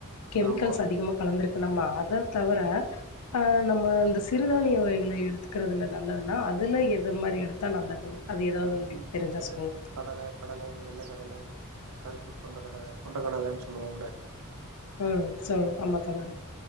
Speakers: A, on the left (about 80°); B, on the right (about 80°).
A: கெமிக்கல்ஸ்
B: ஆமா
A: அதிகமா கலந்திருக்கு துன்னம்மா அத தவர
B: ம்
A: ஆ நம்ம இந்த சிறுதானிய வகைகள எடுத்துக்கறதுல நல்லதுன்னா அதுல எத் து மாரி எடுத்தா நல்லது
B: உ
A: தெரிஞ்சா
B: அது
A: சொல்லுங்க
B: கடல கடல வெள்ள கடல கருப்பு கொண்ட கடல கொண்ட கடலன்னு சொல்லுவோம்ல
A: உ சோ ஆமாத்தோழரே